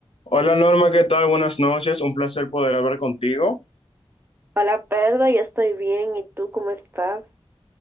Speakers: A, on the left; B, on the right.
A: Hola Norma, ¿qué tal? Buenas noches, un placer poder hablar contigo.
B: Hola Pedro, yo estoy bien. ¿Y tú cómo estás?